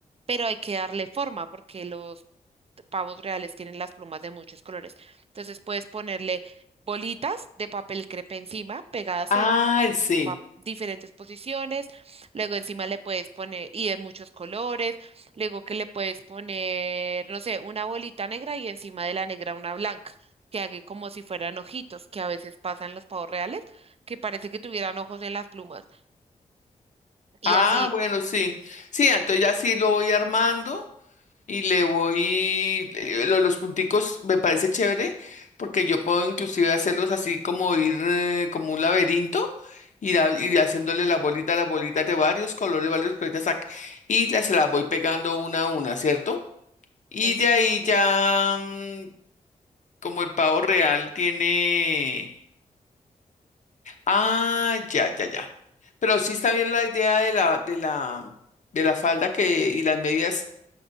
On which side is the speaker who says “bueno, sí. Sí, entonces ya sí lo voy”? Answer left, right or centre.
Left